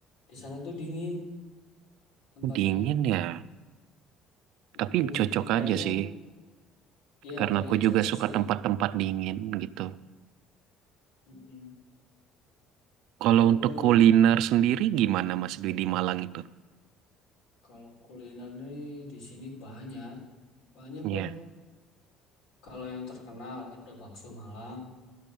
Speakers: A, on the left; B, on the right.
A: di sana tuh dingin tempatnya.
B: Dingin ya,
A: Mm-mm.
B: tapi cocok
A: Jadi kayaknya,
B: aja sih.
A: ya
B: Karena
A: kayaknya
B: aku juga
A: cocok
B: suka
A: sih.
B: tempat-tempat dingin gitu.
A: Mm-mm.
B: Kalau
A: Kalau
B: untuk kuliner sendiri gimana Mas Dwi di Malang itu?
A: kalau kuliner nih di sini banyak, banyak
B: Iya.
A: lah. Kalau yang terkenal ada bakso Malang,